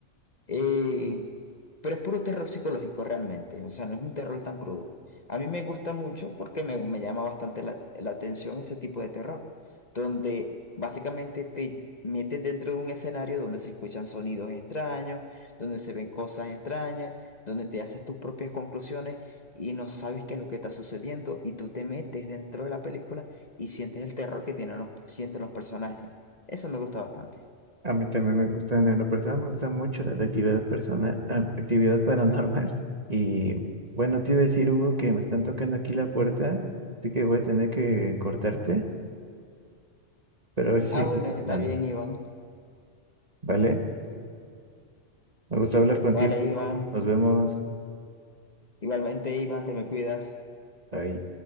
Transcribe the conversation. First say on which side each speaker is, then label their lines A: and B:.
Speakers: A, on the left; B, on the right.
A: Eh, pero es puro terror psicológico realmente, o sea, no es un terror tan crudo. A mí me gusta mucho porque me, me llama bastante la, la atención ese tipo de terror, donde básicamente te meten dentro de un escenario donde se escuchan sonidos extraños, donde se ven cosas extrañas, donde te haces tus propias conclusiones y no sabes qué es lo que está sucediendo y tú te metes dentro de la película y sientes el terror que tienen los, sienten los personajes. Eso me gusta bastante.
B: A mí también me gustan, en lo personal me gusta mucho la de actividad persona, ah, actividad paranormal. <laughs> Y bueno, te iba a decir, Hugo, que me están tocando aquí la puerta, así que voy a tener que cortarte, pero a ver si
A: Ah,
B: seguimos
A: bueno, está
B: hablando,
A: bien, Iván.
B: ¿vale? Me gusta hablar contigo,
A: Vale, Iván.
B: Juan. Nos vemos.
A: Igualmente, Iván, te me cuidas.
B: Bye.